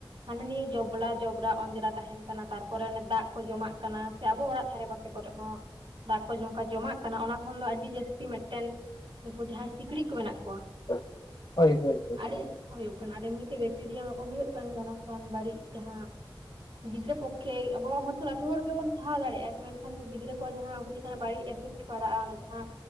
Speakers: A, on the right; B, on the left.
A: ᱦᱟᱱᱟ ᱤᱭᱟᱹ ᱡᱚᱵᱽᱞᱟ ᱡᱚᱵᱽᱨᱟ ᱚᱸᱡᱽᱨᱟ ᱛᱟᱦᱮᱱ ᱠᱟᱱᱟ ᱛᱟᱨᱯᱚᱨᱮ ᱚᱱᱮ ᱫᱟᱜ ᱠᱚ ᱡᱚᱢᱟᱜ ᱠᱟᱱᱟ ᱥᱮ ᱟᱵᱚ ᱚᱲᱟᱜ ᱫᱷᱟᱨᱮ ᱯᱟᱥᱮ ᱠᱚᱨᱮ ᱦᱚᱸᱜ ᱫᱟᱜ ᱠᱚ ᱱᱚᱜᱠᱟ ᱡᱚᱢᱟᱜ ᱠᱟᱱᱟ ᱚᱱᱟ ᱠᱷᱚᱱ ᱫᱚ ᱟᱹᱰᱤ ᱡᱟᱹᱥᱛᱤ ᱢᱮᱫᱴᱮᱱ ᱩᱱᱠᱩ ᱡᱟᱦᱟᱸᱭ ᱥᱤᱠᱬᱤᱡ ᱠᱚ ᱢᱮᱱᱟᱜ ᱠᱚᱣᱟ᱾
B: ᱦᱳᱭ ᱦᱳᱭ ᱦᱳᱭ᱾
A: ᱟᱹᱰᱤ <inaudible> ᱠᱚ ᱦᱩᱭᱩᱜ ᱠᱟᱱᱟ ᱟᱨ ᱮᱢᱱᱤ ᱛᱮ ᱵᱮᱠᱴᱮᱨᱤᱭᱟ ᱢᱟ ᱠᱚ ᱦᱩᱭᱩᱜ ᱠᱟᱱ ᱜᱮᱭᱟ ᱚᱱᱟ ᱠᱷᱚᱱ ᱵᱟᱹᱲᱤᱡ ᱡᱟᱦᱟᱸ ᱜᱤᱫᱽᱨᱟᱹ ᱯᱚᱠᱠᱷᱮ ᱟᱵᱚ ᱦᱚᱲ ᱛᱚ ᱞᱟᱹᱴᱷᱩ ᱦᱚᱲ ᱫᱚᱵᱚᱱ ᱥᱟᱦᱟᱣ ᱫᱟᱲᱮᱜ-ᱟ ᱮ ᱠᱤ ᱢᱮᱱ ᱠᱷᱟᱱ ᱫᱚ ᱜᱤᱫᱽᱨᱟᱹ ᱠᱚ ᱡᱟᱦᱟᱸ ᱩᱱᱠᱩ ᱪᱮᱛᱟᱱ ᱵᱟᱲᱤᱡ ᱮᱯᱷᱮᱠᱴ ᱯᱟᱲᱟᱜ-ᱟ ᱚᱱᱟ ᱡᱟᱦᱟᱸ